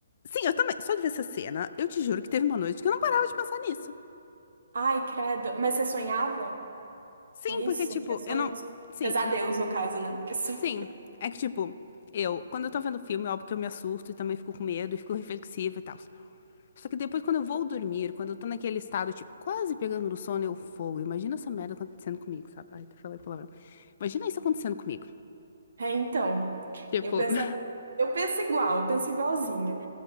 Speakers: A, on the left; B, on the right.
A: Sim, eu também, só de ver essa cena, eu te juro que teve uma noite que eu não parava de pensar nisso.
B: Ai, credo. Mas você sonhava
A: Sim,
B: com isso?
A: porque,
B: Você
A: tipo,
B: tinha sonhos?
A: eu não... Sim,
B: Pesadelos, no caso, né? Porque sonho.
A: Sim, é que tipo, eu, quando eu tô vendo filme, óbvio que eu me assusto e também fico com medo e fico reflexiva e tal. Só que depois, quando eu vou dormir, quando eu tô naquele estado, tipo, quase pegando no sono, eu fogo. Imagina essa merda acontecendo comigo, sabe? Ai, até falei palavrão. Imagina isso acontecendo comigo.
B: É, então.
A: Tipo,
B: Eu penso,
A: <laughs>
B: eu penso igual, eu penso igualzinha.